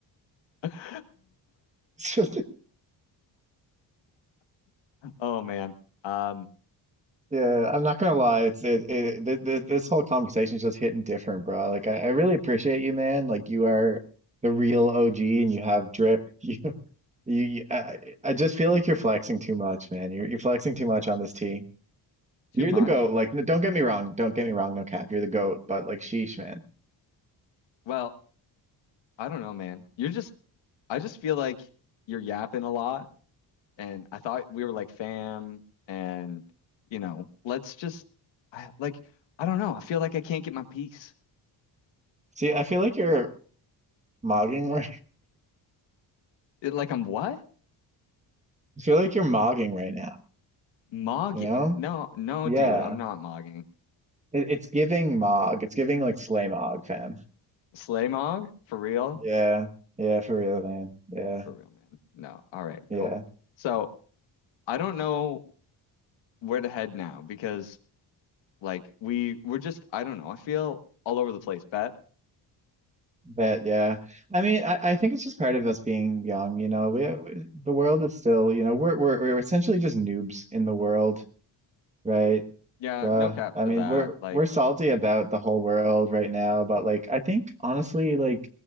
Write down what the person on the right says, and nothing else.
it's just.
Yeah, I'm not gonna lie. It's it, it th th this whole conversation is just hitting different, bro. Like I, I really appreciate you, man. Like you are the real OG, and you have drip. <laughs> You, you, you- I, I just feel like you're flexing too much, man. You're you're flexing too much on this tea.
You're
the goat. Like, n- don't get me wrong. Don't get me wrong. No cap. You're the goat. But like, sheesh, man.
See, I feel like you're mogging right.
<laughs> I feel like you're mogging right now.
You know?
Yeah.
It, it's giving Mog. It's giving like Slay Mog, fam.
Yeah. Yeah, for real, man. Yeah.
Yeah.
But yeah. I mean, I, I think it's just part of us being young, you know. We, we the world is still, you know, we're we're we're essentially just noobs in the world. Right.
Bruh.
I
mean,
we're
we're salty about the whole world right now, but like I think honestly, like